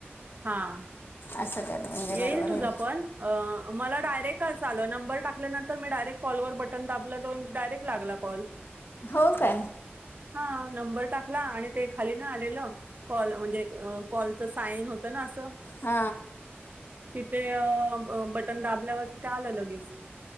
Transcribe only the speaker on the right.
हा
येईल
तुझा
पण मला डायरेटल नंर टाकल्या नंत मी डारेक् कॉलवर बन दाबलं लागला कल
हा नंबर टाकला आणि ते खाली ना आलेलं कॉल म्हणजे कॉलच साईन होतं ना असं
तिथे बटन दाबल्यावर तिथे आलं लगेच